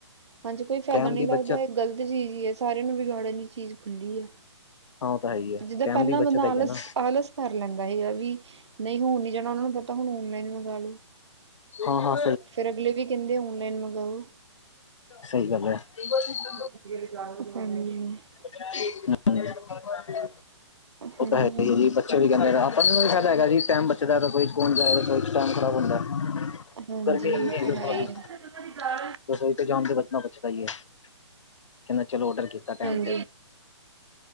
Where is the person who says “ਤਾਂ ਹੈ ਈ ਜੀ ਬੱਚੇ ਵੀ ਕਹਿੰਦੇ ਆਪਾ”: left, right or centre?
Left